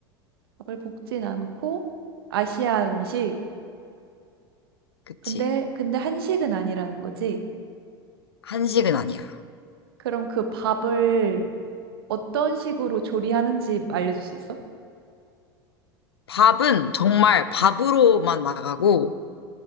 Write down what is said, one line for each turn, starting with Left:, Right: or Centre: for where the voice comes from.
Right: 밥을 볶진 않고 아시아 음식.
Left: 그치.
Right: 근데 근데 한식은 아니라는 거지.
Left: 한식은 아니야.
Right: 그럼 그 밥을 어떤 식으로 조리하는지 알려줄 수 있어?
Left: 밥은 정말 밥으로만 나가고,